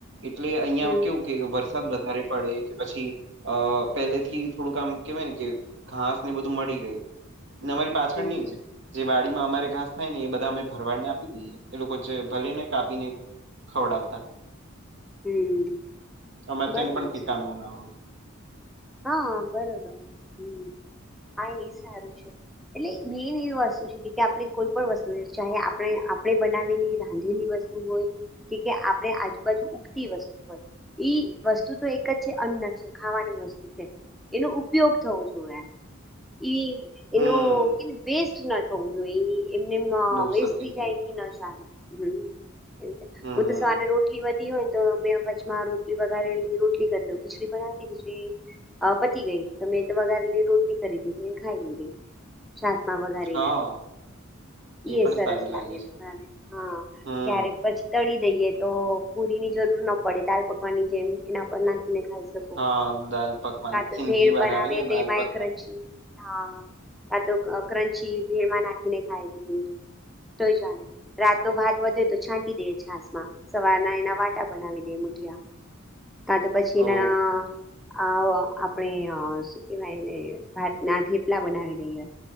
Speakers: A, on the right (about 60°); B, in the centre.
A: એટલે અહિયાં
B: હમ
A: કેવું કે વરસાદ વધારે પડે કે પછી અહ પહેલેથી થોડુંક આમ કેવાય ને કે ઘાસ હું બધું મળી રહી ને અમારી પાછળ
B: હમ
A: નીજ
B: હમ
A: જે વાડી માં અમારે ઘાસ થાય ને એ બધા અમે ભરવાડને આપી દઈએ એ લોકો જે ભલે ને કાપીને ખવડાવતા.
B: હમ
A: અમારે
B: બરોબર
A: તો એમ પણ કઈ
B: છે
A: કામનું ના હોય.
B: હા, બરોબર હમ્મ. આ ઈ સારું છે. એટલે મેન એવી વસ્તુ છે કે આપડે કોઈ પણણ વસ્તુ ચા આપડે આપડે બનાવેલી રાંધેલી વસ તું હોય કે આપડે આજુબાજુ ઉગતી વસ્તુ હોય ઈ વસ્તુ તો એક જ છે અન્ન છે ખાવાની વસ છે. એનો ઉપયોગ થવો જોઈએ ઈ
A: હમ
B: એનો ઈ વેસ્ટ ના તો જોઈએ એમને ના
A: બહુ
B: વેસ્ટ
A: સત્ય કહેવાય
B: થઈ જાય કે ના <inaudible> એવી રીતે
A: હમ
B: હું તો સવાર ને રોટ ટલી વધી હોય ને તો મેં વચમાં રટલી વગારે રોટલી કરી દઉં. ખીચડી બનાવી ખીચડી અહ પતી ગઈ તો મેં તો વધારેલી રોટલી કરીદી મેં ખાઈ લીધી. છાસમાં વગારી
A: હા
B: ને. ઈએ
A: એ પણ
B: સરસ
A: સારી
B: લાગે
A: છે
B: હા હા
A: હમ
B: ક્યારેક પછી તળી દઈએ તો પુરી ની જરૂર ના પડે દાલ પકવાન ની જેમ એના પર નાખીને ખાઈ શક
A: હા, દાલ પકવાન
B: હા, તો
A: સિંધી
B: ભેધ બનાવે
A: ને
B: તેમાં
A: દાલ
B: માયક
A: પકવાન
B: છે. હા, આ તો અહ ક્રંચી ભેળમાં નાખીને ખાઈ લીધી તો એ ચાલે. રાતનો ભાત વધે તો છાંટી દે છાસ માં સવારના એના વાટા બનાવી દે મુઠિયા. કા તો પછી
A: ઓ
B: ના આવા આપડે હા શું કેવાય એને ભાત ના થેપલા બનાવી દઈએ.